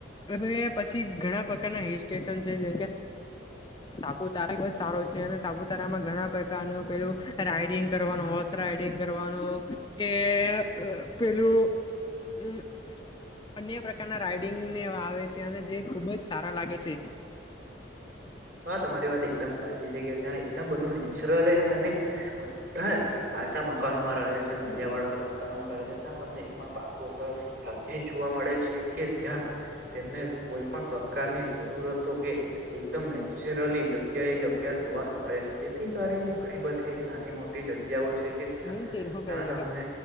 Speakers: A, on the left; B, on the right.
A: એ પછી ઘણા પ્રકારના હિલ સ્ટેશન છે જેમ કે સાપુતારા બહુ જ સારો છે અને સાપુતારામાં ઘણા પ્રકાર નો પેલું રાઈડિંગ કરવાનું હોર્સ રાઈડિંગ કરવાનું કે પેલું હમ અન્ય પ્રકારના રાઈડિંગને એવા આવે છે અને જે ખુબ જ સારા લાગે છે.
B: <inaudible> હા તમારી વાત એકદમ સાચી છે કે ત્યાં એકદમ બધું હે નેચરલ અને બધા કાચા મકાનોમાં રહે છે, નડિયાવાળા મકાનોમાં રહે છે, ત્યાં તમને એક પણ પાકો ઘર ભાગ્યે જ જોવા મળે છે કે ત્યાં તેમને કોઈ પણ પ્રકારની જરૂરતો કે એકદમ નેચરલી જગ્યાએ જગ્યાને જોવાનું મળે છે જેથી કરીને ઘણી બધી એવી નાની મોટી જગ્યાઓ છે કે જ્યાં
A: મેન તેર હો
B: ત્યાં
A: કલાક
B: તમને